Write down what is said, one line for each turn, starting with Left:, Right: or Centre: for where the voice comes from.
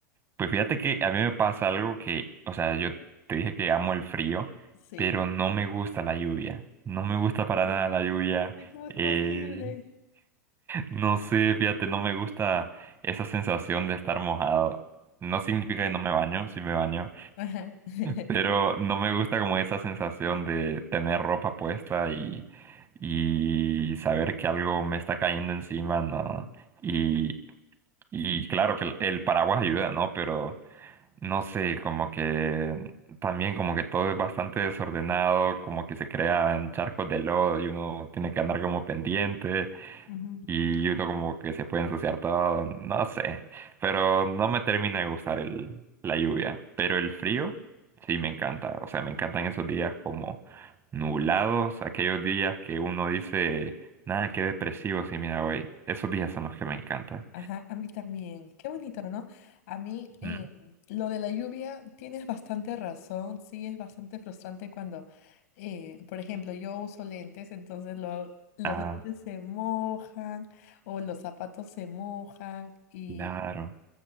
Right: Pues fíjate que a mí me pasa algo que, o sea, yo te dije que amo el frío,
Left: Sí.
Right: pero no me gusta la lluvia. No me gusta para nada la lluvia.
Left: Ay, ¿cómo es
Right: Eh,
Left: posible?
Right: No sé, fíjate, no me gusta esa sensación de estar mojado. No significa que no me baño, sí me baño,
Left: Ajá. <laughs>
Right: pero no me gusta como esa sensación de tener ropa puesta y, y saber que algo me está cayendo encima, ¿no? Y, y claro que el, el paraguas ayuda, ¿no? Pero no sé, como que también como que todo es bastante desordenado, como que se crean charcos de lodo y uno tiene que andar como pendiente
Left: Ujú.
Right: y uno como que se puede ensuciar todo, no sé, pero no me termina de gustar el, la lluvia, pero el frío sí me encanta, o sea, me encantan esos días como nublados, aquellos días que uno dice, nada, qué depresivo, sí, mira, hoy, esos días son los que me encantan.
Left: Ajá, a mí también. Qué bonito, ¿no? A mí eh,
Right: Ujú.
Left: lo de la lluvia, tienes bastante razón, sí, es bastante frustrante cuando, eh, por ejemplo, yo uso lentes, entonces lo- los
Right: Ah,
Left: lentes se mojan o los zapatos se mojan y
Right: claro.